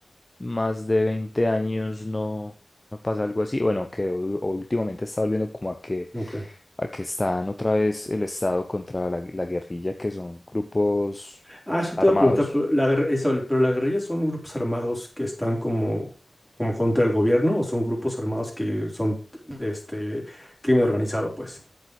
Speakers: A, on the left; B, in the centre.
A: más de 20 años no, no pasa algo así. Bueno, que u- últimamente está volviendo como a que,
B: Ok.
A: a que están otra vez el Estado contra la, la guerrilla, que son grupos
B: Ah, eso
A: armados.
B: te iba a preguntar, pero la, guerr- eso, el- pero la guerrilla son grupos armados que están como, como contra el gobierno o son grupos armados que son este crimen organizado, pues.